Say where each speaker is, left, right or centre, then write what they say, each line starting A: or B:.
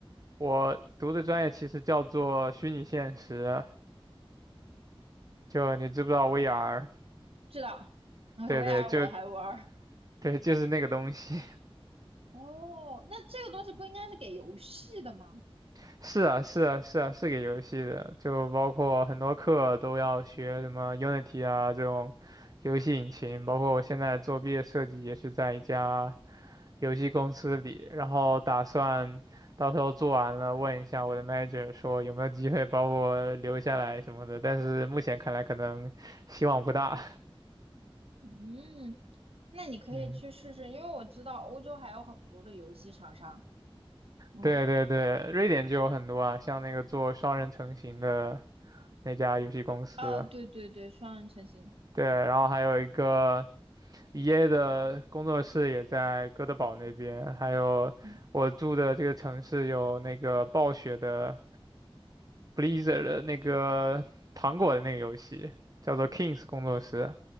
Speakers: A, on the right; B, on the right.
A: 我读的专业其实叫做虚拟现实，就你知不知道 VR？
B: 知道，那
A: 对对，
B: VR
A: 就
B: 我还玩儿。
A: 对，就是那个东西。
B: 哦，那这个东西不应该是给游戏的吗？
A: <laughs> 是啊，是啊，是啊，是给游戏的，就包括很多课都要学什么 Unity 啊这种游戏引擎，包括我现在做毕业设计也是在一家游戏公司里，然后打算到时候做完了问一下我的 manager 说有没有机会把我留下来什么的，但是目前看来可能希望不大，
B: 嗯，那你可以去试试，
A: <laughs> 嗯。
B: 因为我知道欧洲还有很多的游戏厂商。嗯，
A: 对对对，瑞典就有很多啊，像那个做双人成型的那家游戏公司，
B: 啊，对对对，双人成行。
A: 对，然后还有一个 EA 的工作室也在哥德堡那边，还有我住的这个城市有那个暴雪的
B: 嗯，
A: Blizzard 的那个糖果的那个游戏，叫做 Kings 工作室，